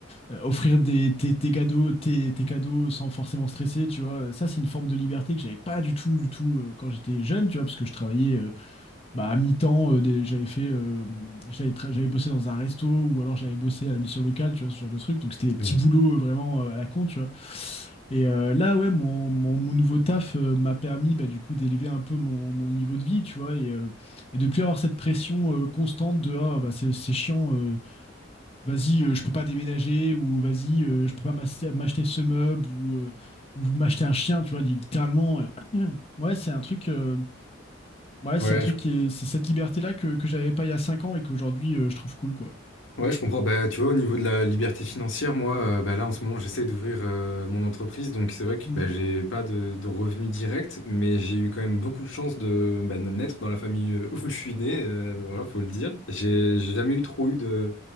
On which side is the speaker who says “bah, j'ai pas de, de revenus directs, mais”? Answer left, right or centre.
Left